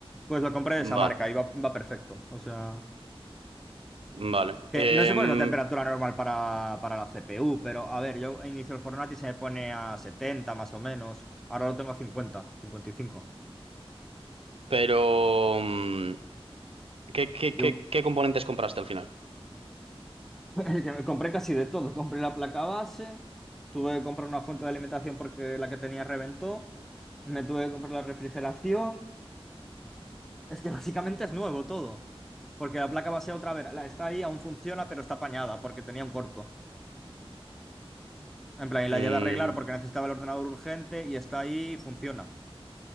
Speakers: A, in the centre; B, on the right (about 65°).
A: Pues lo compré de esa
B: Vale,
A: marca y va, va perfecto. O sea,
B: vale.
A: que
B: Em,
A: no sé cuál es la temperatura normal para, para la CPU, pero a ver, yo inicio el Fortnite y se me pone a 70 más o menos. Ahora lo tengo a cincuenta, cincuenta y cinco.
B: pero, mm, ¿qué, qué,
A: Yo
B: qué, qué componentes compraste al final?
A: <laughs> que me compré casi de todo. Compré la placa base, tuve que comprar una fuente de alimentación porque la que tenía reventó, me tuve que comprar la refrigeración. Es que básicamente es nuevo todo. Porque la placa base otra vez, la- está ahí, aún funciona, pero está apañada porque tenía un corto. En plan, y la
B: Mm,
A: llevé a arreglar porque necesitaba el ordenador urgente y está ahí y funciona.